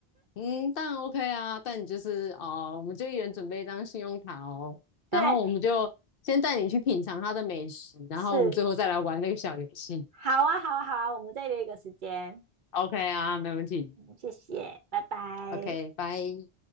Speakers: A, on the left; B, on the right.
A: 嗯，当然 OK 啊，但你就是哦，我们就一人准备一张信用卡哦，然后我们就先带你去品尝它的美食，
B: <laughs> 对，
A: 然后我们最后再来玩那个小游戏。
B: 是。好啊，好啊，好啊，我们再约一个时间。
A: OK 啊，没问题。
B: 嗯，谢谢，拜拜。
A: OK，拜。